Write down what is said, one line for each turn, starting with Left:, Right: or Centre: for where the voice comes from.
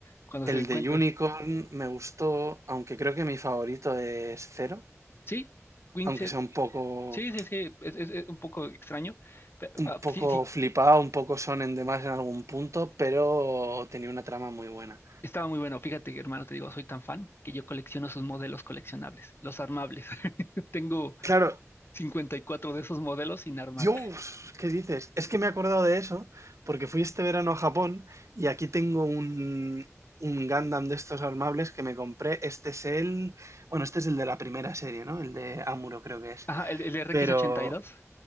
Left: cuando se
Right: El
Left: den
Right: de
Left: cuenta.
Right: Unicorn me gustó, aunque creo que mi favorito es Zero,
Left: Sí, Wingset,
Right: aunque sea un poco,
Left: sí, sí, sí, es, es- es un poco extraño. Pero,
Right: un
Left: ah,
Right: poco
Left: sí, sí,
Right: flipado, un poco sonen de más en algún punto, pero tenía una trama muy buena.
Left: estaba muy bueno. Fíjate, hermano, te digo, soy tan fan que yo colecciono sus modelos coleccionables, los armables. <laughs> Tengo
Right: Claro,
Left: 54 de esos modelos sin armar.
Right: Dios, ¿qué dices? Es que me he acordado de eso porque fui este verano a Japón y aquí tengo un, un Gundam de estos armables que me compré. Este es el, bueno, este es el de la primera serie, ¿no? El de Amuro creo que es.
Left: Ajá, el, el RX82.
Right: Pero